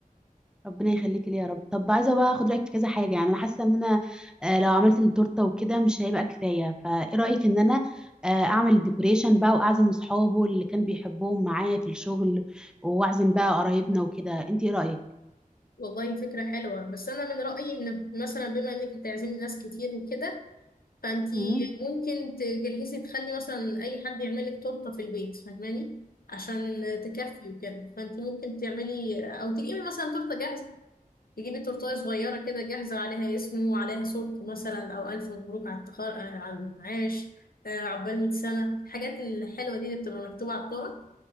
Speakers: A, in the centre; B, on the left (about 80°).
A: ربنا يخليك لي يا رب طب عايزه بقى اخد رايك في كذا حاجه يعني انا حاسه ان انا آه، لو عملت التورته وكده مش هيبقى كفايه فايه رايك ان انا آه، اعمل الديكوريشن بقى واعزم اصحابه اللي كان بيحبهم معايا في الشغل واعزم بقى قرايبنا وكده انت ايه رايك
B: والله فكره حلوه بس انا من رايي ان مثلا بما انك هتعزمي ناس كتير وكده فانتي
A: امم
B: ممكن تجهزي تخلي مثلا اي حد يعمل لك تورته في البيت فاهماني عشان تكفي وكده فانتي ممكن تعملي او تجيبي مثلا تورته جاهزه تجيبي تورته صغيره كده جاهزه عليها اسمه وعليها صورته مثلا او الف مبروك على التخر... آه، على المعاش آه، عقبال 100 سنه الحاجات الحلوه دي اللي بتبقى مكتوبه على التورته